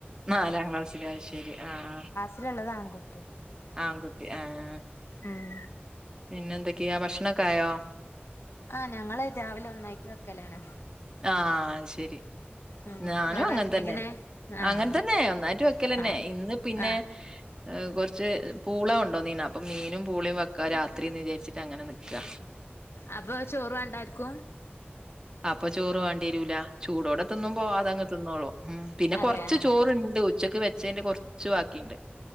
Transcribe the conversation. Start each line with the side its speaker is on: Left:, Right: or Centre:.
Right: നാലാം ക്ലാസ്സില് അത് ശെരി ആഹ് അഹ്
Left: പിന്നെള്ളത് ആൺകു
Right: ആൺകുട്ടി ആഹ്
Left: ഉം
Right: പിന്നെന്തൊക്കെയാ ഭക്ഷണോക്കെ ആയോ?
Left: ആഹ് ഞങ്ങള് രാവിലെ ഒന്നായിട്ട് വെക്കലാണ്.
Right: ആഹ് അത് ശെരി
Left: ഉം
Right: ഞാനും
Left: അവിടെ
Right: അങ്ങനെ തന്നെ.
Left: എങ്ങനെ ആഹ്
Right: അങ്ങനെ തന്നെ ഒന്നായിട്ട് വെക്കല് തന്നെ
Left: ആഹ്
Right: ഇന്ന് പിന്നെ
Left: ആഹ്
Right: എഹ് കുറച്ച് പൂള കൊണ്ട് വന്നീനു അപ്പൊ മീനും പൂളയും വെക്ക രാത്രീന്ന് വിചാരിച്ചിട്ട് അങ്ങനെ നിക്കാ
Left: അപ്പൊ ചോറ് വേണ്ടാ ആരിക്കും
Right: അപ്പൊ ചോറ് വേണ്ടി വരൂല ചൂടോടെ തിന്നുമ്പോ അതങ്ങ് തിന്നോളും ഉം പിന്നെ
Left: അതെ
Right: കൊറച്ച്
Left: ആഹ്
Right: ചോറിണ്ട് ഉച്ചക്ക് വെച്ചേന്റെ കൊറച്ച് ബാക്കീണ്ട്.